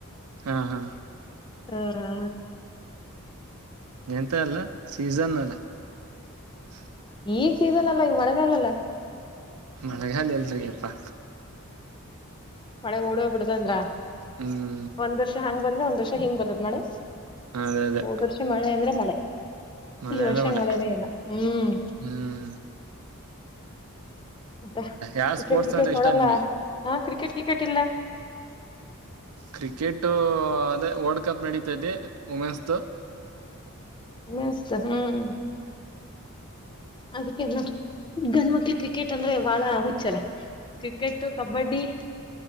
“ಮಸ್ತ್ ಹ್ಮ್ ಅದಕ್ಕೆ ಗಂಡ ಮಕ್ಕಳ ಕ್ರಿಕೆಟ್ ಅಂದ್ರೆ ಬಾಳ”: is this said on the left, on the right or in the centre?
Left